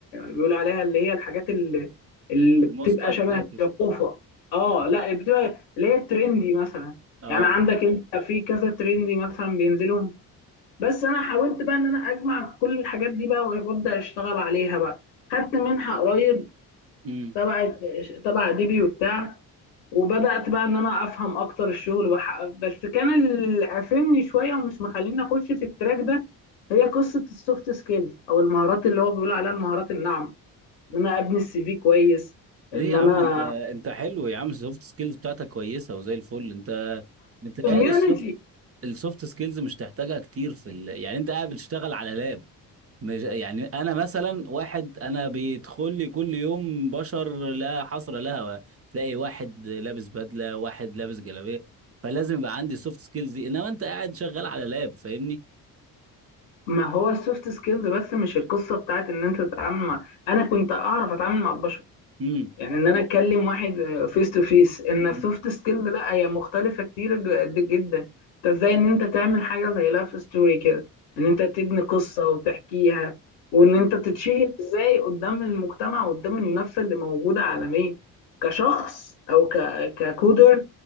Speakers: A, on the left; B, on the right.
A: بيقول عليها اللي هي الحاجات اللي, اللي بتبقى
B: الموست ابديتد
A: شبه الجفوفه اه لا بتبقى اللي هي الترندي مثلا
B: اه
A: يعني عندك انت في كذا ترندي مثلا بينزلهم بس انا حاولت بقى ان انا اجمع كل الحاجات دي بقى وابدا اشتغل عليها بقى خدت منحه قريب
B: امم
A: تبع تبع ديبي وبتاع وبدأت بقى ان انا افهم اكتر الشغل وح... بس كان اللي قافلني شويه ومش مخليني اخش في التراك ده هي قصه السوفت سكيلز او المهارات اللي هو بيقول عليها المهارات الناعمه ان انا ابني السي في كويس
B: ليه
A: ان
B: يا
A: انا
B: عم انت انت حلو يا عم السوفت سكيلز بتاعتك كويسه وزي الفل انت متهيألي
A: كوميونتي
B: السوفت السوفت سكيلز مش تحتاجها كتير في ال... يعني انت قاعد بتشتغل على لاب مش... يعني انا مثلا واحد انا بيدخل لي كل يوم بشر لا حصر لها تلاقي واحد لابس بدله واحد لابس جلابيه فلازم يبقى عندي سوفت سكيلز دي انما انت قاعد شغال على لاب فاهمني
A: ما هو السوفت سكيلز بس مش القصه بتاعت ان انت تتعامل مع انا كنت اعرف اتعامل مع البشر
B: امم
A: يعني ان انا اتكلم واحد فيس تو فيس ان السوفت
B: امم
A: سكيل لا هي مختلفه كتير ج- جدا انت ازاي ان انت تعمل حاجه زي لايف ستوري كده ان انت تبني قصه وتحكيها وان
B: مم.
A: انت تتشهر ازاي قدام المجتمع وقدام المنافسه اللي موجوده عالميا كشخص او ك... ككودر